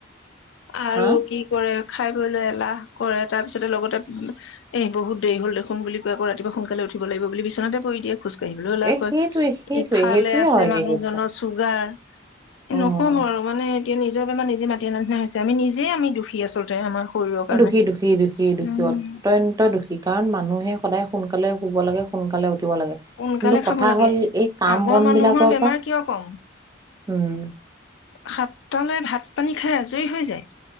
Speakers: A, on the left; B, on the right.
A: আৰু
B: হা।
A: কি কৰে খাই বৈ লৈ এলাহ কৰে তাৰ পিছত ছতে লগতে এ বহুত দেৰি হ'ল দেখোন বুলি কৈ আকৌ ৰাতিপুৱা সোনকালে উঠিব লাগিব বুলি বিছনাতে পৰি দিয়ে। খোজ কাঢ়িবলৈও এলাহ
B: এ
A: কৰে,
B: সেইটোৱে, সেইটোৱে,
A: ইফালে
B: সেইটোৱে
A: আছে
B: হয়গে
A: মানুহজনৰ
B: গৈ পেলাই
A: চুগাৰ।
B: উম।
A: নক'ব আৰু মানে এতিয়া নিজৰ বেমাৰ নিজে মাতি আনা নিচিনা হৈছে, আমি নিজেই আমি দুখী আচলতে আমাৰ শৰীৰৰ কাৰণে।
B: দুখী, দুখী, দুখী, দুখী
A: উম
B: অত্যন্ত দুখী, কাৰণ মানুহে সদায় সোনকালে শুব লাগে। সোনকালে উঠিব লাগে,
A: সোনকালে
B: কিন্তু কথা
A: খাব লাগে।
B: হ'ল এই কাম
A: আগৰ
B: বন
A: মানুহৰ
B: বিলাকৰ
A: বেমাৰ
B: পৰা
A: কিয় কম
B: উম।
A: সাতটালৈ ভাত-পানী খাই আজৰি হৈ যায়।